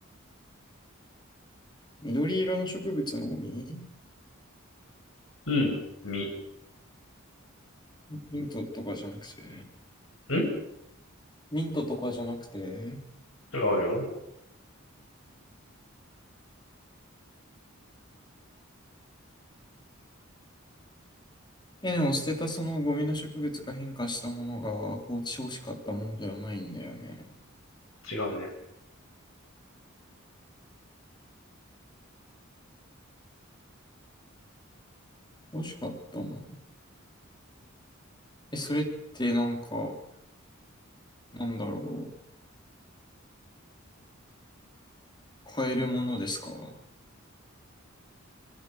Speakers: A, on the left; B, on the left.
A: 緑色の植物のゴミ
B: うん。実。
A: ミントとかじゃなくて
B: ん違
A: ミントとかじゃなくて
B: うよ。
A: え、でも捨てたそのゴミの植物が変化したものが放置欲しかったものではないんだよね。
B: 違うね。
A: 欲しかったもの。え、それってなんか、なんだろう。買えるものですか